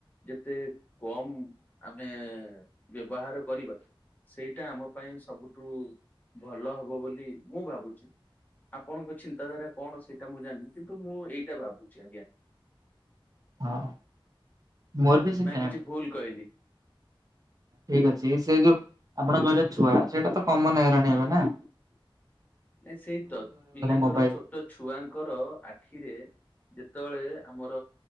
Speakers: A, on the left; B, on the right.
A: ଯେତେ କମ ଆମେ ବ୍ୟବହାର କରିବା ସେଇଟା ଆମ ପାଇଁ ସବୁଠୁ ଭଲ ହବ ବୋଲି ମୁଁ ଭାବୁଚି। ଆପଣଙ୍କ ଚିନ୍ତାଧାରା କଣ ସେଇଟା ମୁଁ ଜାଣିନି କିନ୍ତୁ ମୁଁ ଏଇଟା ଭାବୁଚି ଆଜ୍ଞା।
B: ହଁ ମୋର ବି ସେଇ
A: ନା
B: ସେମ୍।
A: କିଛି ଭୁଲ କହିଲି
B: ଠିକ ଅଛି ଏଇ ସେ ଯୋଉ ଆପଣ କହିଲେ ଛୁଆ ସେଇଟା ତ କମନ୍ ହେଇଗଲାଣି ଏବେନା।
A: ନାଇ ସେଇ ତ ପିଲାଙ୍କର
B: ମୋବାଇଲ
A: ଛୋଟ ଛୁଆଙ୍କର ଆଖିରେ ଯେତବେଳେ ଆମର